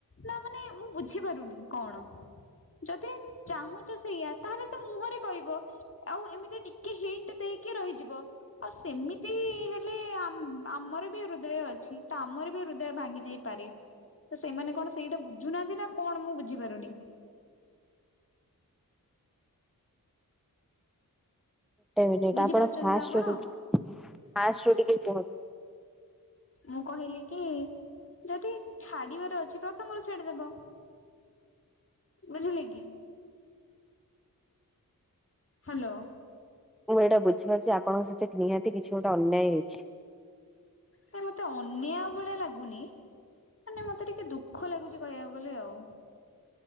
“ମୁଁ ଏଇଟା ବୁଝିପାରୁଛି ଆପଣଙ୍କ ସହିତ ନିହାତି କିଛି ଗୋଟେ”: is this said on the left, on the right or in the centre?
Centre